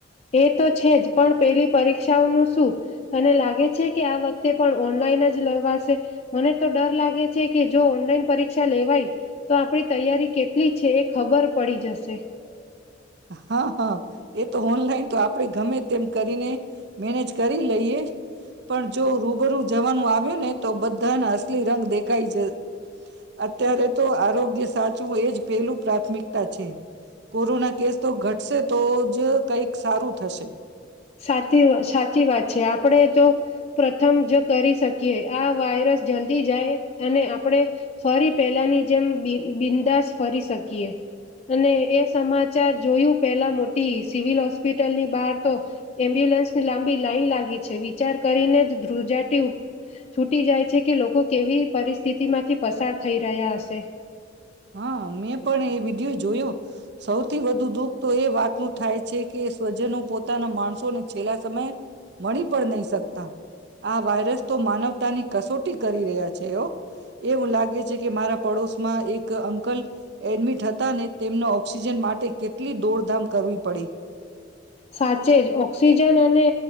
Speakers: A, on the left; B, on the right.
A: એ તો છે જ પણ પેલી પરીક્ષાઓનું શું તને લાગે છે કે આ વખતે પણ ઓનલાઈન જ લવાશે મને તો ડર લાગે છે કે જો ઓનલાઈન પરીક્ષા લેવાય તો આપડી તૈયારી કેટલી છે એ ખબર પડી જશે.
B: હા હા એ તો ઓનલાઈન તો આપડે ગમે તેમ કરીને મેનેજ કરી લઈએ પણ જો રૂબરૂ જવાનું આવ્યું ને તો બધાના અસલી રંગ દેખ કઈ જઈ અત્યારે તો આરોગ્ય સાચવું એ જ પહેલું પ્રાથમિકતા છે. કોરોના કેસ તો ઘટશે તો જ કઈક સારું થશે.
A: સાતી વ સાચી વાત છે આપણે તો પ્રથમ જો કરી શકીએ આ વાયરસ જલ્દી જાય અને આપણે ફરી પેલાની જેમ બી બિંદાસ ફરી શકીએ અને એ સમાચાર જોયું પેલા મોટી સિવિલ હોસ્પિટલની બહાર તો એમ્બ્યુલન્સની લાંબી લાાઈન લાગી છે વિચાર કરીને જ ધ્રુજાટી છૂટી જાય છે કે લોકો કેવી પરિસ્થિતિ માંથી પસાર થઈ રહ્યા હશે.
B: હા મેં પણ એ વિડિયો જ જોયું સૌથી વધુ દુઃખ તો એ વાતનું થાય છે કે સ્વજનો પોતાના માણસોને છેલ્લા સમયે મળી પણ નહી શકતા આ વાયરસ તો માનવ તાની કસોટી કરી રહ્યા છે એ એવું લાગે છે કે મારા પડોશમાં એ ક અંકલ એડમિટ હતા ને તેમના ઓક્સિજન માટે કેટલી દોડધામ કરવી પડી.
A: સાચે જ ઓક્સિજન અને